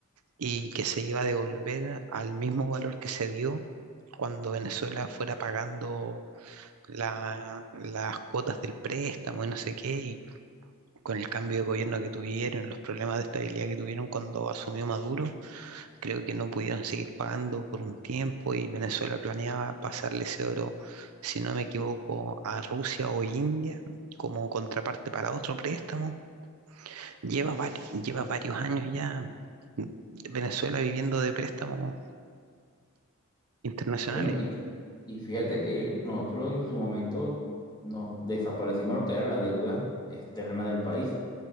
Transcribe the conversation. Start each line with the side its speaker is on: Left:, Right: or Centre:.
Right: y que se iba a devolver al mismo valor que se dio cuando Venezuela fuera pagando la- las cuotas del préstamo y no sé qué, y con el cambio de gobierno que tuvieron, los problemas de estabilidad que tuvieron cuando asumió Maduro, creo que no pudieron seguir pagando por un tiempo y Venezuela planeaba pasarle ese oro, si no me equivoco, a Rusia o India como contraparte para otro préstamo. Lleva, vari- lleva varios años ya Venezuela viviendo de préstamos internacionales.
Left: Bueno, y, fí- y fíjate que nosotros en su momento nos desaparecimos lo que era la deuda externa del país,